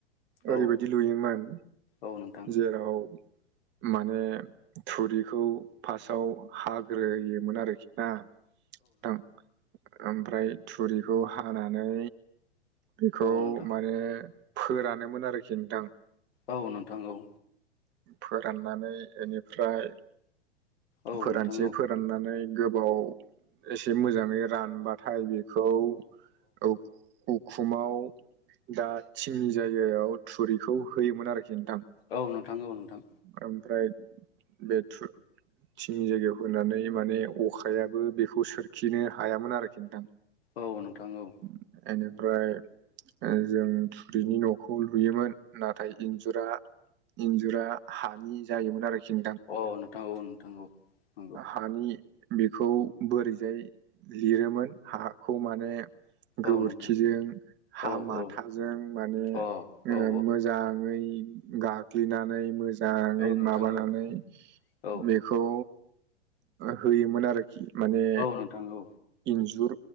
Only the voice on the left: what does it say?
औ
औ नोंथां
औ नोंथां
बावनो थांगौ।
औ
नोंथां औ
औ नोंथां औ नोंथां।
औ नोंथां औ
अ नोंथां औ नोंथां औ नंगौ
औ नोंथां
औ
औ
अ औ
औ नोंथां
औ औ
नोंथां औ